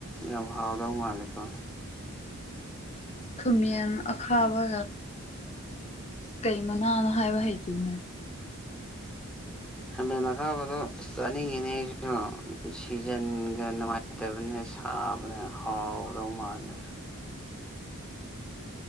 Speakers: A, in the centre; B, on the left.
A: ꯌꯥꯝ ꯍꯥꯎꯗꯕ ꯃꯥꯜꯂꯤꯀꯣ
B: ꯈꯃꯤꯟ ꯑꯈꯥꯕ ꯀꯩ ꯃꯅꯥꯅꯣ ꯍꯥꯏꯕ ꯍꯩꯇꯅꯦ
A: ꯍꯃꯦ ꯅꯈꯥꯕꯣ ꯁꯟ ꯏꯅꯦꯖꯣ ꯁꯤꯖꯟꯒ ꯅꯨꯡꯉꯥꯏꯇꯕꯅꯦ ꯁꯥꯕꯅꯦ ꯍꯥꯎꯗꯧ ꯃꯥꯜꯂꯦ
B: <unintelligible>